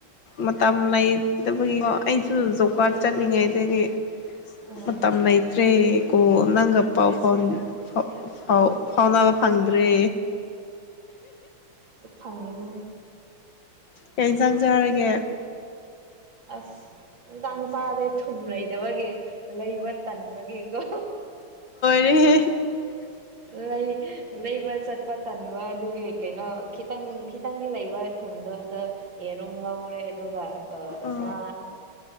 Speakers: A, on the left (about 65°); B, on the right (about 65°).
A: ꯃꯇꯝ ꯂꯩꯇꯕꯒꯤꯀꯣ ꯑꯩ ꯑꯗꯨ ꯖꯣꯀꯥꯔꯠ
B: ꯎꯝ
A: ꯆꯠꯂꯤꯉꯩꯗꯒꯤ
B: ꯎꯝ
A: ꯃꯇꯝ ꯂꯩꯇ꯭ꯔꯦ ꯀꯣ ꯅꯪꯒ ꯄꯥꯎ ꯐꯥꯎꯥꯎ ꯐꯥꯎ ꯐꯥꯎꯅꯥ ꯐꯪꯗ꯭ꯔꯦ
B: ꯐꯪꯔꯤ
A: ꯀꯌꯥ ꯌꯦꯟꯁꯥꯡꯖꯔꯒꯦ
B: ꯑꯁ ꯏꯟꯥꯡ ꯆꯥꯗꯦ ꯊꯨꯝ ꯂꯩꯗꯕꯒꯤ ꯂꯩꯕ ꯇꯟꯕꯒꯦꯀꯣ
A: ꯍ
B: ꯂꯩ ꯂꯩꯕ ꯆꯠꯄꯠ ꯇꯟꯕ ꯑꯗꯨꯒꯤ ꯀꯩꯅꯣ ꯈꯤꯇꯪ ꯈꯤꯇꯪꯗꯤ ꯂꯩꯕ ꯊꯨꯝꯗꯣ ꯑꯗ ꯌꯦꯔꯨꯝ ꯉꯧꯔꯦ ꯑꯗꯨꯒ
A: ꯑꯣ
B: ꯉ